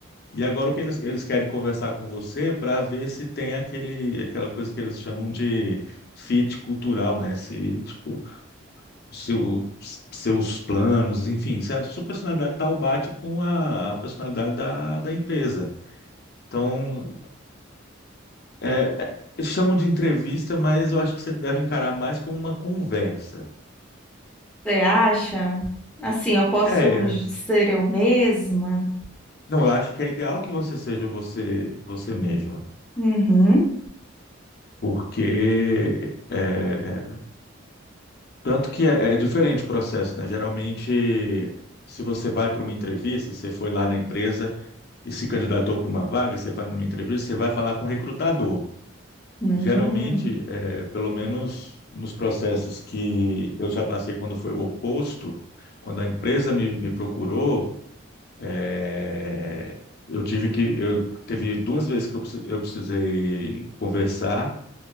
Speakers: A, on the left; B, in the centre.
A: E agora o que eles, eles querem conversar com você para ver se tem aquele, aquela coisa que eles chamam de fit cultural, né? Se, tipo, seu, seus planos, enfim, se a sua personalidade tal bate com a, a personalidade da, da empresa. Então, é, é, eles chamam de entrevista, mas eu acho que você deve encarar mais como uma conversa.
B: Você acha? Assim, eu posso
A: É,
B: ser eu mesma?
A: não, eu acho que é ideal que você seja você, você mesma,
B: Uhum.
A: porque é, Tanto que é, é diferente o processo, né? Geralmente, se você vai para uma entrevista, você foi lá na empresa e se candidatou para uma vaga, você vai numa entrevista, você vai falar com o recrutador.
B: Hum.
A: Geralmente, é, pelo menos nos processos que eu já passei quando foi o oposto, quando a empresa me, me procurou, é, eu tive que, eu teve duas vezes que eu, precis- eu precisei conversar.